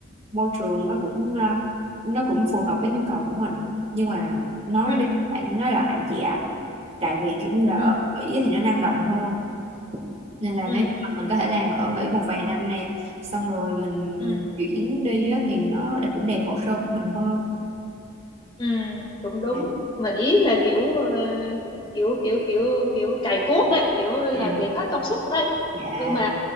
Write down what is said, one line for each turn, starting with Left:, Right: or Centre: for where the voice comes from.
Right: môi trường nó cũng à, nó cũng phù hợp với nhu cầu của mình nhưng mà nói
Left: ừ
Right: đi phải nói lại chị ạ tại vì kiểu như là
Left: ừ
Right: ở Ý thì nó năng động hơn nên là
Left: ừ
Right: nếu như mà mình có thể làm ở Mỹ một vài năm nè xong rồi mình
Left: ừ
Right: chuyển đi á, thì nó đã- cũng đẹp hồ sơ của mình hơn
Left: ừ cũng đúng
Right: dạ
Left: mà ý là kiểu ờ, kiểu kiểu kiểu kiểu cày cuốc đấy kiểu làm
Right: <laughs>
Left: việc hết công suất đấy
Right: dạ
Left: nhưng mà